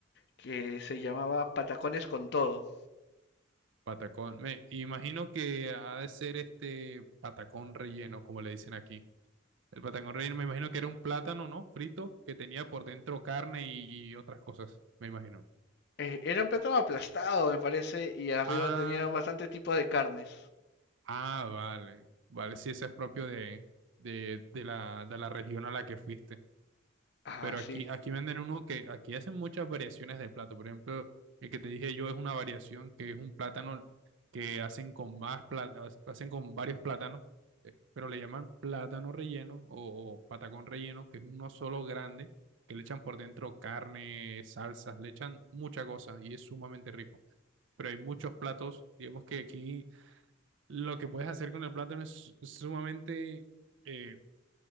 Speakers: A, on the left; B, on the right.
A: que se llamaba patacones con todo.
B: Patacón. Me imagino que ha de ser este patacón relleno, como le dicen aquí. El patacón relleno, me imagino que era un plátano, ¿no? Frito que tenía por dentro carne y, y otras cosas, me imagino.
A: Eh, era un plátano aplastado, me parece, y arriba
B: Ah,
A: tenía bastante tipos de carnes.
B: ah, vale. Vale, sí, ese es propio de, de, de la, de la región a la que fuiste.
A: Ah,
B: Pero
A: sí.
B: aquí, aquí venden uno que aquí hacen muchas variaciones de plato. Por ejemplo, el que te dije yo es una variación que es un plátano que hacen con más plata- hacen con varios plátanos, eh, pero le llaman plátano relleno o, o patacón relleno, que es uno solo grande, que le echan por dentro carne, salsas, le echan mucha cosa y es sumamente rico. Pero hay muchos platos, digamos que aquí lo que puedes hacer con el plátano es sumamente eh,